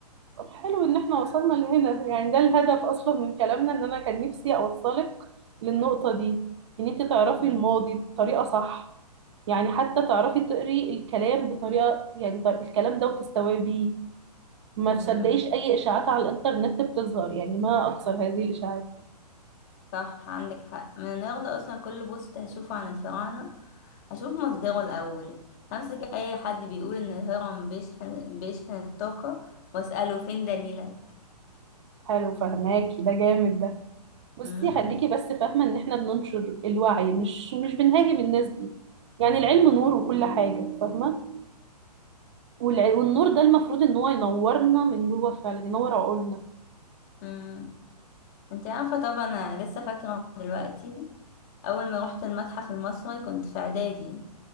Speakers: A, on the right (about 45°); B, on the left (about 25°).
A: طب حلو إن إحنا وصلنا لهنا يعني ده الهدف أصلا من كلامنا إن أنا كان نفسي أوصلك للنقطة دي إن أنت تعرفي
B: مم.
A: الماضي بطريقة صح يعني حتى تعرفي تقري الكلام بطريقة يعني ط- الكلام ده وتستوعبيه ما
B: امم
A: تصدقيش أي إشاعات على الإنترنت بتظهر يعني ما أكثر هذه الإشاعات
B: صح عندك حق من النهارده اصلا كل بوست هشوفه عن الفراعنه اشوف مصدره الاول امسك اي حد بيقول ان الهرم بيشحن بيشحن الطاقه واساله فين دليلك
A: حلو فهماكي ده جامد ده بصي
B: امم
A: خليكي بس فاهمة إن إحنا بننشر الوعي مش مش بنهاجم الناس دي يعني العلم نور وكل حاجة فاهمة والع- والنور ده المفروض إن هو ينورنا من جوه فعلا ينور عقولنا
B: امم انت عارفة طبعا انا لسه فاكرة دلوقتي اول ما روحت المتحف المصري كنت في اعدادي